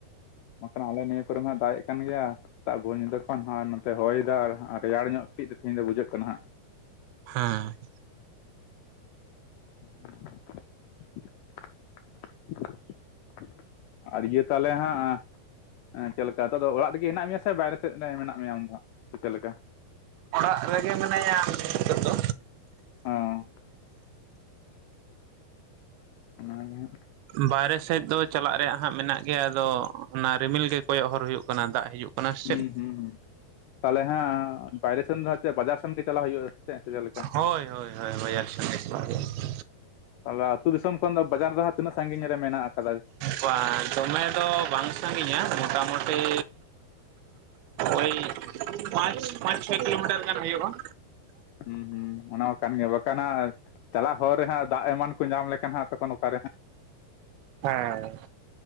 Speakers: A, on the left (about 80°); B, on the right (about 85°).
A: ᱵᱟᱝᱠᱷᱟᱱ ᱟᱞᱮ ᱱᱤᱭᱟᱹ ᱠᱚᱨᱮ ᱢᱟ ᱫᱟᱜᱼᱮᱜ ᱠᱟᱱ ᱜᱮᱭᱟ᱾ ᱫᱟᱜ ᱵᱚᱱ ᱧᱤᱫᱟᱹ ᱠᱷᱚᱱ ᱱᱚᱛᱮ ᱦᱚᱭᱟ ᱫᱟᱭ ᱟᱨ ᱨᱮᱭᱟᱲ ᱧᱚᱜ ᱠᱟᱹᱴᱤᱡ ᱛᱮᱦᱮᱧ ᱫᱚ ᱵᱩᱡᱷᱟᱹᱜ ᱠᱟᱱᱟ ᱦᱟᱸᱜ᱾
B: ᱦᱮᱸ᱾
A: <unintelligible> ᱟᱨ ᱤᱭᱟᱹ ᱛᱟᱦᱟᱸᱞᱮ ᱦᱟᱸᱜ᱾ ᱮᱸ ᱪᱮᱫ ᱞᱮᱠᱟ ᱱᱤᱛᱚᱜ ᱫᱚ ᱚᱲᱟᱜ ᱨᱮᱜᱮ ᱦᱮᱱᱟᱜ ᱢᱮᱭᱟ ᱥᱮ, ᱵᱟᱭᱨᱮ ᱥᱮᱫ ᱨᱮ ᱢᱮᱱᱟᱜ ᱢᱮᱭᱟ ᱟᱢ ᱫᱚ ᱥᱮ ᱪᱮᱫ ᱞᱮᱠᱟ?
B: ᱚᱲᱟᱜ ᱨᱮᱜᱮ ᱢᱤᱱᱟᱹᱧᱟ ᱱᱤᱛᱚᱜ ᱫᱚ᱾
A: ᱚᱸ᱾ ᱚᱱᱟᱜᱮ ᱦᱟᱸᱜ
B: ᱵᱟᱨᱦᱮ ᱥᱮᱫ ᱫᱚ ᱪᱟᱞᱟᱜ ᱨᱮᱭᱟᱜ ᱦᱟᱸᱜ ᱢᱮᱱᱟᱜ ᱜᱮᱭᱟ, ᱟᱫᱚ ᱚᱱᱟ ᱨᱤᱢᱤᱞ ᱜᱮ ᱠᱚᱭᱚᱜ ᱦᱚᱨ ᱦᱩᱭᱩᱜ ᱠᱟᱱᱟ ᱫᱟᱜ ᱦᱤᱡᱩᱜ᱾ ᱠᱟᱱᱟ ᱥᱮ
A: ᱦᱩᱸᱻᱦᱩᱸᱻᱦᱩᱸᱻ᱾
B: ᱪᱮᱫ
A: ᱛᱟᱦᱚᱞᱮ ᱦᱟᱸᱜ ᱵᱟᱭᱨᱮ ᱥᱮᱱ ᱫᱚ ᱦᱟᱸᱜ ᱪᱮᱫ ᱵᱟᱡᱟᱨ ᱥᱮᱱ ᱜᱮ ᱪᱟᱞᱟᱜ ᱦᱩᱭᱩᱜᱼᱟ? ᱥᱮ ᱪᱮᱫ ᱞᱮᱠᱟ
B: ᱦᱳᱭᱻᱦᱳᱭᱻᱦᱳᱭᱻᱦᱳᱭ᱾ ᱟᱨ ᱠᱤ ᱵᱟᱡᱟᱨ ᱥᱮᱱᱜᱮ ᱾
A: ᱛᱟᱦᱚᱞᱮ ᱟᱹᱛᱩ ᱫᱤᱥᱚᱢ ᱠᱷᱚᱱ ᱫᱚ, ᱵᱟᱡᱟᱨ ᱫᱚ ᱦᱟᱸᱜ ᱛᱤᱱᱟᱹᱜ ᱥᱟᱺᱜᱤᱧ ᱨᱮ ᱢᱮᱱᱟᱜ ᱠᱟᱫᱟ?
B: ᱵᱟᱝ ᱫᱚᱢᱮ ᱫᱚ ᱵᱟᱝ ᱥᱟᱺᱜᱤᱧᱟ ᱢᱚᱴᱟᱢᱩᱴᱤ ᱳᱭ ᱯᱟᱸᱪ ᱯᱟᱸᱪ ᱪᱷᱚᱭ ᱠᱤᱞᱳᱢᱤᱴᱟᱨ ᱜᱟᱱ ᱦᱳᱭᱳᱜᱼᱟ᱾
A: ᱦᱩᱸᱻᱦᱩᱸᱻᱚᱱᱟ ᱢᱟ ᱠᱟᱱ ᱜᱮᱭᱟ ᱵᱟᱠᱷᱟᱱ ᱦᱟᱸᱜ᱾ ᱪᱟᱞᱟᱜ ᱦᱚᱨ ᱨᱮ ᱦᱟᱸᱜ ᱫᱟᱜ ᱮᱢᱟᱱ ᱠᱚ ᱧᱟᱢ ᱞᱮᱠᱷᱟᱱ ᱦᱟᱸᱜ, ᱛᱚᱠᱷᱚᱱ ᱚᱠᱟᱨᱮ ᱦᱟᱸᱜ
B: ᱦᱮᱸ᱾